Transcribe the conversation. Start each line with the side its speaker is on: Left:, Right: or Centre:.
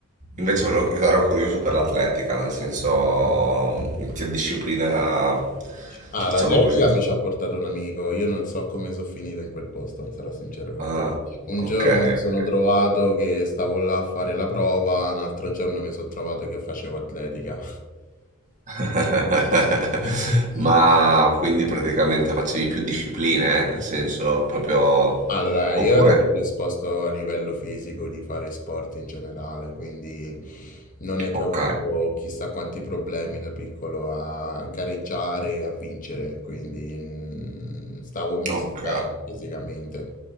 Right: Invece volevo- ero curioso per l'atletica, nel senso che disciplina,
Left: Ah,
Right: diciamo
Left: l'allergica
Right: così.
Left: mi ci ha portato un amico. Io non so come sono finito in quel posto, sarò sincero con
Right: Ah,
Left: te. Un
Right: ok,
Left: giorno mi sono
Right: ok.
Left: trovato che stavo là a fare la prova, un altro giorno mi sono trovato che facevo atletica.
Right: <laughs>
Left: <laughs>
Right: Ma quindi praticamente facevi più discipline, eh? Nel senso proprio...
Left: Allora,
Right: Oppure...
Left: io ero predisposto a livello fisico di fare sport in generale, quindi non è che
Right: Ok,
Left: ho avuto chissà quanti problemi da piccolo a gareggiare e a vincere, quindi mm, stavo messo
Right: ok.
Left: bene fisicamente.